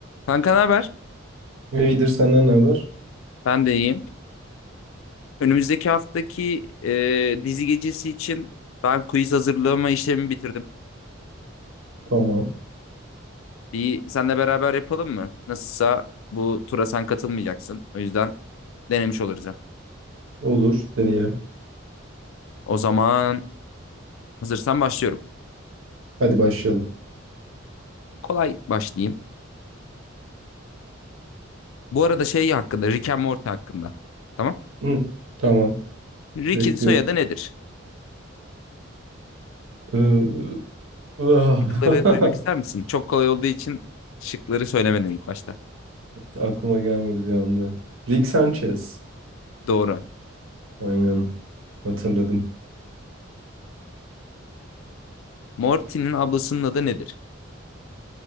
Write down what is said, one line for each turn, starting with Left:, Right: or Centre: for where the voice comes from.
Left: Kanka ne haber?
Right: İyidir senden ne haber?
Left: Ben de iyiyim. Önümüzdeki haftaki e, dizi gecesi için ben quiz hazırlama işlemimi bitirdim.
Right: Tamam.
Left: Bir senle beraber yapalım mı? Nasılsa bu tura sen katılmayacaksın. O yüzden denemiş oluruz. hem.
Right: Olur. Deneyelim.
Left: O zaman hazırsan başlıyorum.
Right: Hadi başlayalım.
Left: Kolay başlayayım. Bu arada şey hakkında, Rick and Morty hakkında. Tamam.
Right: Hı, tamam.
Left: Rick'in
Right: Bekliyorum.
Left: soyadı nedir?
Right: Ee, ah,
Left: Şıkları duymak ister misin? Çok kolay olduğu için şıkları söylemedim ilk başta.
Right: <laughs> aklıma gelmedi bir anda. Rick Sanchez.
Left: Doğru.
Right: Aynen. Hatırladım.
Left: Morty'nin ablasının adı nedir?